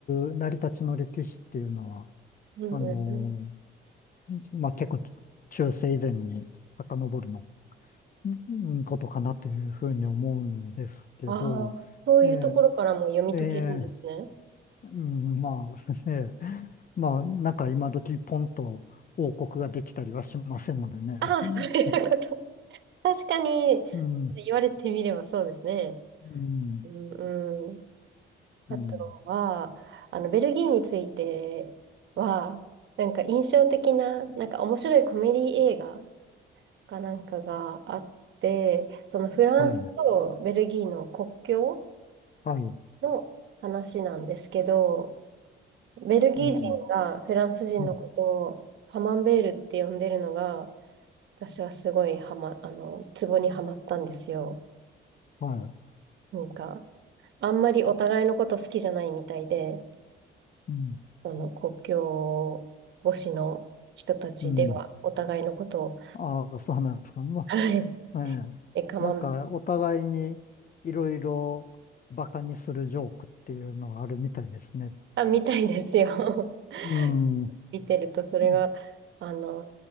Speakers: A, on the left; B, on the right.
A: う成り立ちの歴史っていうのは、
B: うんうんうん。
A: あのーまあ、結構中世以前に遡るのうんことかなというふうに思うんですけど、
B: ああ、そういうところからも読み解けるんですね。
A: ええええうん、まあ、<laughs> ええ、まあ、なんか今時ポンと王国ができたりはしませんのでね。
B: ああー、
A: <laughs>
B: そういうこと。確かに、
A: うん、
B: 言われてみればそうですね。
A: うん、
B: うんうん。あとは、
A: うん、
B: あの、ベルギーについては、なんか印象的な、なんか面白いコメディ映画かなんかがあって、そのフランスとベルギーの国境
A: はい、はい、
B: の話なんですけど、ベルギー人がフランス人のことをカマンベールって呼んでるのが、
A: うん、うん、
B: 私はすごいハマ、あの、ツボにはまったんですよ。
A: はい、
B: なんか、あんまりお互いのこと好きじゃないみたいで、
A: うん、
B: その国境越しの人たちではお互いのことを、
A: うん。ああ、そうなんですか。ま
B: はい、
A: あ、ええなんかお互いにいろいろバカにするジョークっていうのはあるみたいですね。
B: え、カマンベール、あ、みたいですよ。<laughs>
A: うん、う
B: 見てると、それが、
A: ん
B: あの、